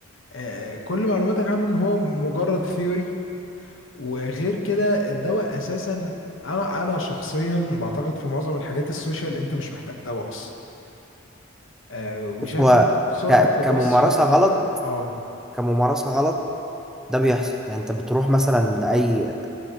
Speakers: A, on the left; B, in the centre.
A: آه كل معلوماتك عنه ان هو مجرد ثيوري وغير كده الدواء اساسا انا انا شخصيا بعتقد في معظم الحاجات السوشيال انت مش محتاج دواء اصلا آه وشايف
B: هو
A: ان سرعة
B: ك...
A: الوصف
B: كممارسة
A: للدواء
B: غلط
A: اه
B: كممارسة غلط ده بيحصل يعني انت بتروح مثلا لأي